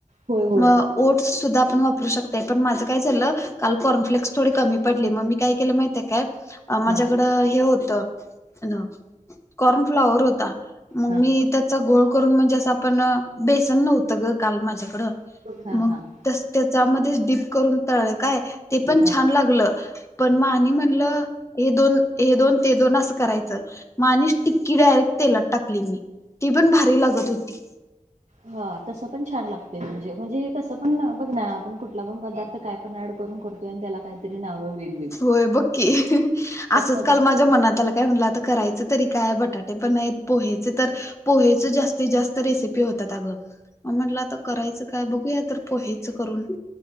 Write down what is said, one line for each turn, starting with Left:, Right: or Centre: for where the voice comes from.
Right: होय होय
Left: म ओट्स सुद्धा आपण वापरू शकते पण माझं काय झालं. काल कॉर्नफ्लेक्स थोडी कमी पडलली मग मी काय केलं माहिती ये का? माझ्याकडं
Right: हा
Left: हे होतं <inaudible> कॉर्न फ्लावर होता. मग
Right: हा
Left: मी त्याचा गोळ करून म्हणजे असं आपण अ बेसन नव्हतं ग काल माझ्याकडं
Right: <unintelligible>
Left: मग तस त्याच्यामध्ये डीप करून तळलं काय ते पण
Right: हा
Left: छान लागलं. पण मानी म्हणलं हे दोन हे दोन ते दोन असं करायचं. मा आणिस टिक्की डायरेक्ट तेला. त टाकली मी ती पण भारी लागत होती
Right: हा तसं पण छान लागते म्हणजे म्हणजे हे कसं पण अ बघ ना आपण कुठला पण पदार्थ काय? पण ऍड करून करतोय आणि त्याला काय तरी नाव दि
Left: <inaudible> होय बक्की <unintelligible> असंच
Right: मध्ये
Left: काल
Right: असते.
Left: माझ्या मनात आलं. काय म्हटलं आता करायचं तरी काय बटाटे पण नाय त पोहेच तर. पोहेच जास्तीत जास्त रेसिपी होतात अगं. म्हटलं आता करायचं काय बघूया तर पोहायचं करून.